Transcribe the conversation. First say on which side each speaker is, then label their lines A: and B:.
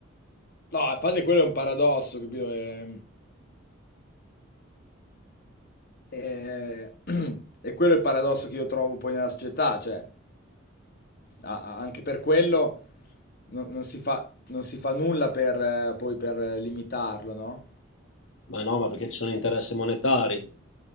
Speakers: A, on the left; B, on the left.
A: No, infatti quello è un paradosso, capito? È, è- <clears throat> è quello il paradosso che io trovo poi nella società, cioè, a- a- anche per quello non, non si fa, non si fa nulla per, eh, poi per eh, limitarlo, no?
B: Ma no, ma perché ci sono interessi monetari.